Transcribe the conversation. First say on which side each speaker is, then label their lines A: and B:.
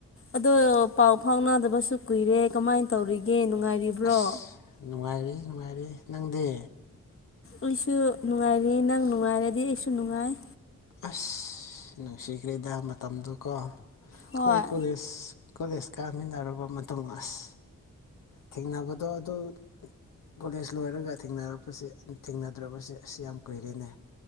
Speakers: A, on the left (about 40°); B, on the left (about 80°).
A: ꯑꯗꯣ ꯄꯥꯎ ꯐꯥꯎꯅꯗꯕꯁꯨ ꯀꯨꯏꯔꯦ ꯀꯃꯥꯏꯅ ꯇꯧꯔꯤꯒꯦ ꯅꯨꯡꯉꯥꯏꯔꯤꯕ꯭ꯔꯣ
B: ꯑꯁ ꯅꯨꯡꯉꯥꯏꯔꯤ ꯅꯨꯡꯉꯥꯏꯔꯤ ꯅꯪꯗꯤ
A: ꯑꯩꯁꯨ ꯅꯨꯡꯉꯥꯏꯔꯤ ꯅꯪ ꯅꯨꯡꯉꯥꯏꯔꯗꯤ ꯑꯩꯁꯨ ꯅꯨꯡꯉꯥꯏ
B: ꯑꯁ ꯅꯨꯡꯁꯤꯈ꯭ꯔꯦꯗ ꯃꯇꯝꯗꯨ ꯀꯣ ꯑꯩꯈꯣꯏ
A: ꯍꯣꯏ
B: ꯀꯣꯂꯦꯖ ꯀꯣꯂꯦꯖ ꯀꯥꯃꯤꯟꯅꯔꯕ ꯃꯇꯨꯡ ꯑꯁ ꯊꯦꯡꯅꯕꯗꯣ ꯑꯗꯨ ꯀꯣꯂꯦꯖ ꯂꯣꯏꯔꯒ ꯊꯦꯡꯅꯔꯛꯄꯁꯤ ꯊꯦꯡꯅꯗ꯭ꯔꯕꯁ ꯑꯁꯤ ꯌꯥꯝ ꯀꯨꯏꯔꯤꯅꯦ